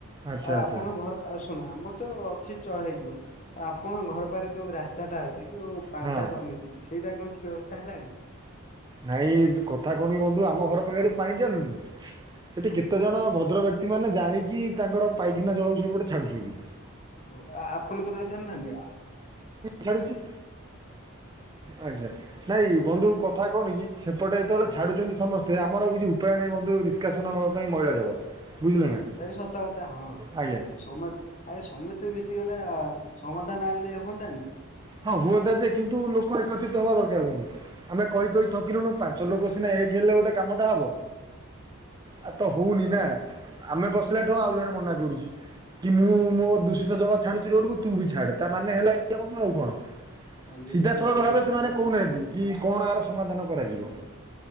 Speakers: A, on the right; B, on the left.
A: ଆଚ୍ଛା
B: ଆଉ
A: ଆଚ୍ଛା
B: ଆପଣ ଘର ଆଉ ଶୁଣ ଆମ ତ ଅଛି ଚଳ ହେଇଯିବ। ଆଉ ଆପଣଙ୍କ ଘର ପାଖରେ ଯୋଉ ରାସ୍ତାଟା ଅ ସେଇ ଯୋଉ ପାଣି
A: ହଁ
B: ଟା ଜମିଛି। ସେଇଟା କଣ ହେଇଚି? ବ୍ୟବସ୍ଥା ହେଲାଣି
A: ନାଇଁ କଥା କଣ କି ବନ୍ଧୁ ଆମ ଘର ପାଖରେ ପାଣି ଚାଲୁନି ସେଠି
B: ହଁ
A: କେତେ ଜଣ ଭଦ୍ର ବ୍ୟ କ୍ତି ମାନେ ଜାଣିକି ତାଙ୍କର ପାଇଖିନା ଜଳକୁ ସେଇପଟେ ଛାଡୁଛନ୍ତି।
B: ଓ ଆପଣ ତଳେ ଛାଡୁ ନାହାଁନ୍ତି।
A: ଛାଡ଼ୁଚି ଆଛା। ନାଇଁ ବନ୍ଧୁ କ କଥା କଣ କି? ସେପଟେ ଯେତେବେଳେ
B: ହଁ।
A: ଛାଡୁଛନ୍ତି ସମସ୍ତେ ତ ଆମର ଆଉ କିଛି ଉପାୟ ନାହିଁ ବନ୍ଧୁ ନିଷ୍କାସନ ହବା ପାଇଁ ମଇଳା ଜଳ। ବୁଝିଲେ
B: ହଁ
A: ନା
B: ସେଟା ବି ସତ କଥା ହଁ
A: ଆଜ୍ଞା
B: ସମ ଆରେ ସମସ୍ତେ ମିଶି ଗୋଟେ ସମାଧାନ ଆଣିଲେ ହୁଅନ୍ତାନି?
A: ହଁ ହୁଅନ୍ତା ଯେ କିନ୍ତୁ ଲୋକ ଏକତ୍ରିତ ହବା ଦରକାର ପୁଣି ଆମେ କହି କହି ଥକିଲୁଣୁ ପାଞ୍ଚ ଲୋକ ସିନା ଏକ ହେଲେ ଗୋଟେ କାମଟା ହବ। ଆଉ
B: ଓହୋ
A: ତ ହଉନି
B: ତାହେଲେ
A: ନା। ଆମେ ବସିଲା ଠୁ ଆଉ ଜଣେ ମନା କି ମୁଁ ମୋ ଦୂଷିତ ଜଳ ଛାଡୁଛି ଲଡ଼ୁକୁ ତୁ ବି ଛାଡ଼େ। ତା ମାନେ ହେଲା ଏକଲା ବନ୍ଧୁ ଆଉ କଣ?
B: ଆ
A: ସିଧାସଳଖ
B: ଏତେ ବଡ
A: ଭାବେ
B: ସମସ୍ୟା
A: ସେମାନେ କହୁନାହାନ୍ତି। କି କଣ ଏହାର ସମାଧାନ କରାଯିବ?